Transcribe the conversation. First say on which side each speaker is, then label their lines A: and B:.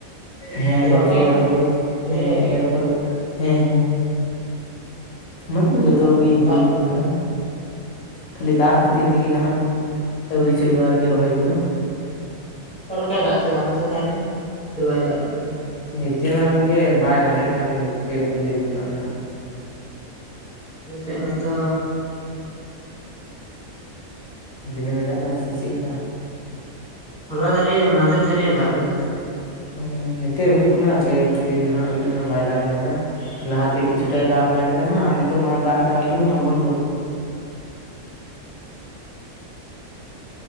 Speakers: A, on the left; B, in the centre.
A: ᱦᱮᱸ
B: ᱛᱚᱞᱟ
A: ᱜᱚᱝᱠᱮ
B: ᱠᱚ
A: ᱮᱨ ᱟᱯᱷᱚᱨ ᱠᱩᱫ
B: ᱜᱤᱲᱤ
A: ᱦᱮᱸ
B: ᱠᱮᱫᱼᱟ ᱯᱮ
A: ᱮᱨ ᱟᱯᱷᱩᱨ ᱠᱩ, ᱦᱮᱸ ᱦᱮᱸ, ᱚᱱᱟ ᱠᱚᱫᱚ ᱡᱚᱛᱚ
B: ᱫᱟᱜ
A: ᱜᱮ
B: ᱫᱟᱜ
A: ᱦᱩᱭ ᱠᱟᱱᱟ, ᱠᱷᱟᱹᱞᱤ ᱫᱟᱜ ᱠᱷᱟᱹᱛᱤᱨ ᱛᱮᱜᱮ ᱱᱟᱦᱟᱜ ᱟᱹᱣᱨᱤ ᱪᱟᱹᱞᱩᱜᱼᱟ ᱟᱨᱠᱤ ᱨᱚᱦᱚᱭ ᱠᱚᱫᱚ᱾
B: ᱚᱠᱟ ᱞᱮᱠᱟᱭ ᱫᱟᱜ ᱠᱮᱫᱟ ᱚᱱᱛᱮ ᱛᱟᱦᱚᱞᱮ, ᱥᱮ ᱵᱟᱭ ᱫᱟᱜ ᱠᱟᱜ ᱯᱮᱭᱟ?
A: ᱱᱤᱛᱟᱹᱜ ᱢᱟ ᱜᱚᱝᱠᱮ ᱵᱟᱭ ᱫᱟᱜᱮᱜ ᱠᱟᱱ ᱯᱮ ᱯᱩᱱ ᱫᱤᱱ ᱠᱷᱚᱱᱟᱜ ᱱᱟᱦᱟᱜ᱾
B: ᱟᱞᱮ ᱥᱮᱫ ᱢᱟᱛᱚ
A: ᱫᱤᱱᱟᱹᱢᱮ ᱫᱟᱜ ᱫᱟ ᱥᱮ ᱪᱮᱫᱠᱟ?
B: ᱦᱚᱞᱟ ᱫᱷᱟᱨᱮᱤᱡ ᱮ ᱢᱟᱫᱷᱮᱨ ᱫᱷᱟᱨᱤᱡ ᱮ ᱫᱟᱜ ᱞᱮᱫᱟ᱾
A: ᱦᱩᱸ, ᱱᱮᱛᱮ ᱦᱳᱭᱳᱜ ᱠᱟᱱᱟ ᱯᱮ ᱯᱩᱱ ᱫᱤᱱ ᱱᱟᱦᱟᱜ ᱦᱩᱭᱩᱜ ᱠᱟᱱᱟ ᱵᱟᱭ ᱫᱟᱜ ᱵᱟᱲᱟᱭ ᱮᱫᱟ, ᱞᱟᱦᱟᱛᱮ ᱠᱤᱪᱷᱩᱴᱟᱭ ᱫᱟᱜ ᱵᱟᱲᱟ ᱠᱮᱫᱟ ᱱᱟᱦᱟᱜ ᱱᱤᱛᱚᱜ ᱢᱟ ᱫᱟᱜ ᱴᱟᱜ ᱵᱟᱹᱱᱩᱜᱼᱟ ᱵᱚᱱᱫᱚ᱾
B: ᱦᱩᱸᱻ